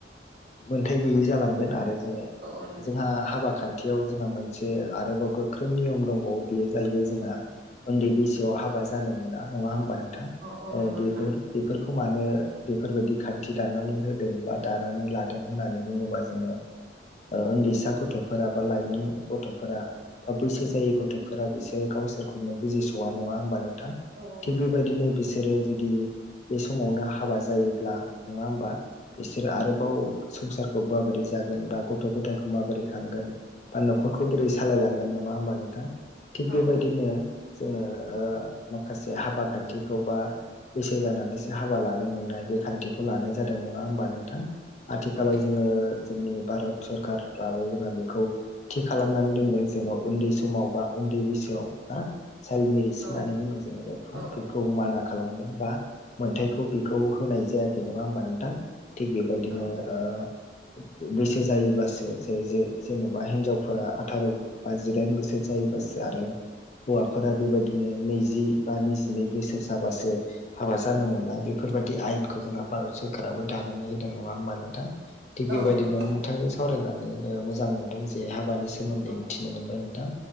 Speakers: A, on the left (about 40°); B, on the right (about 70°).
A: मोनथाय गैयि जालांगोन आरो जोङो
B: औ औ नोंथां
A: जोंहा हाबा खान्थि खाथियाव जोंहा मोनसे आरोबाव गोख्रों नियम दंबावो बेयो जाहैबाय जोंहा उन्दै बैसोआव हाबा जानो मोना नङा होमबा नोंथां
B: औ औ नंगौ
A: बेफोर
B: नोंथां
A: बेफोरखौ मानो बेफोरबायदि खान्थि दानानै होदों बा दानानै लादों होननानै बुङोबा जोङो उन्दैसा गथ'फोरा बा लाइमोन गथ'फोरा बा बैसो जायै गथ'फोरा बिसोर गावसोरखौनो बुजिस'वा नङा होमबा नोंथां
B: औ नोंथां
A: थिग बेबायदिनो बिसोरो जुदि बे समावनो हाबा जायोब्ला नङा होमबा बिसोरो आरोबाव संसारखौ माबोरै जागोन बा गथ' गथायखौ माबोरै बा न'खरखौ बोरै सालायलांगोन नङा होमबा नोंथां थिग
B: औ
A: बेबायदिनो
B: औ
A: जोङो माखासे हाबा खान्थिखौ बा बैसो जानानैसो हाबा लानो मोननाय बे खान्थिखौ लानाय जादों नङा होमबा नोंथां आथिखालाव
B: औ
A: जोङो जोंनि भारत सरकारफ्राबो जोंहा बेखौ थि खालामनानै दोनदों जेन' उन्दै समाव बा उन्दै बैसोआव ना चाइल मेरि होननानै
B: औ
A: बुङो जोङो जायखौ
B: औ
A: बेखौ माना खालाम बा मोनथाइखौ बेखौ होनाय जायाखै नङा होमबा नोंथां थिग बेबायदिनो
B: औ
A: ओ बैसो जायोब्लासो जे जे जेन'बा हिनजावफोरा आथार' बा जिदाइन बोसोर जायोबासो आरो हौवाफोरा बेबायदिनो नैजि बा नैजिनै बोसोर जाबासो हाबा जानो मोननाय बेफोरबादि आयेनखौ जोंहा भारत सरकाराबो दानानै होदों नङा होमबा नोंथां थिग
B: औ
A: बेबायदिनो
B: नंगौ नोंथां
A: नोंथांजों सावरायनानै मोजां मोनदों जे हाबानि सोमोन्दै
B: औ
A: मिथि मोनबाय नोंथां